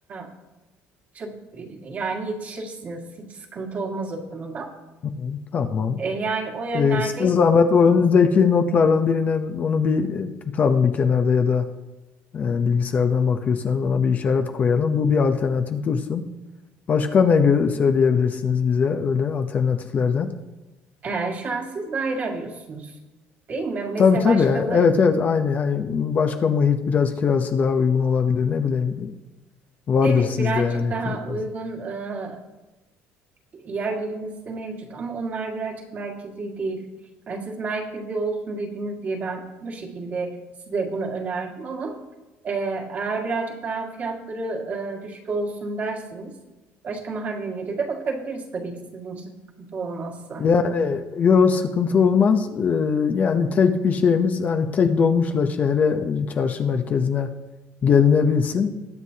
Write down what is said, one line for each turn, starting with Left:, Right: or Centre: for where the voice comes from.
Right: e, çok, yani yetişirsiniz. Hiç sıkıntı olmaz o konuda.
Left: hı, tamam. Tamam.
Right: E, yani o yönlerde
Left: E, size zahmet o önünüzdeki notlardan birine onu bir e, tutalım bir kenarda ya da e, bilgisayardan bakıyorsanız ona bir işaret koyalım. Bu bir alternatif dursun. Başka ne gö- söyleyebilirsiniz bize öyle alternatiflerden?
Right: Ee, şu an siz daire arıyorsunuz, değil mi? Mesela
Left: Tabii tabii.
Right: başka
Left: Yani
Right: bir-
Left: Evet evet aynı. Hani başka muhit biraz kirası daha uygun olabilir. Ne bileyim vardır
Right: evet
Left: sizde
Right: birazcık
Left: yani
Right: daha
Left: çok fazla.
Right: uygun e, yerlerimizde mevcut ama onlar birazcık merkezi değil. Yani siz merkezi olsun dediğiniz diye ben bu şekilde size bunu önerdim ama e, eğer birazcık daha fiyatları e, düşük olsun derseniz başka mahallelere de bakabiliriz tabii ki sizin için sıkıntı olmazsa.
Left: Yani yok sıkıntı olmaz. Ee, yani tek bir şeyimiz hani tek dolmuşla şehre çarşı merkezine gelinebilsin.